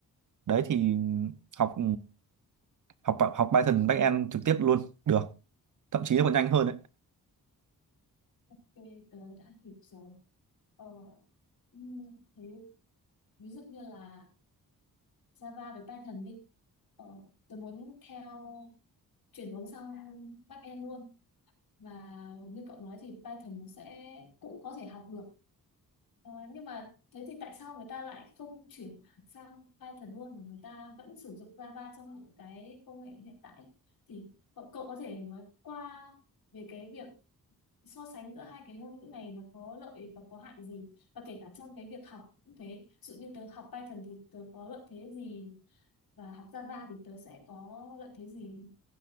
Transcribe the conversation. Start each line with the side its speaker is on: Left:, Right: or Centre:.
Right: đấy thì học học học Python backend trực tiếp luôn được thậm chí nó còn nhanh hơn đấy
Left: cho nên tớ đã hiểu rồi ờ, ừm, thế ví dụ như là Java với Python đi ờ, tớ muốn theo chuyển hướng sang backend luôn và như cậu nói thì Python nó sẽ cũng có thể học được ờ, nhưng mà thế thì tại sao người ta lại không chuyển sang Python luôn mà người ta vẫn sử dụng Java trong những cái công nghệ hiện tại thì cậu cậu có thể nói qua về cái việc so sánh giữa hai cái ngôn ngữ này nó có lợi và có hại gì và kể cả trong cái việc học cũng thế ví dụ như tớ học Python thì tớ có lợi thế gì và học Java thì tớ sẽ có lợi thế gì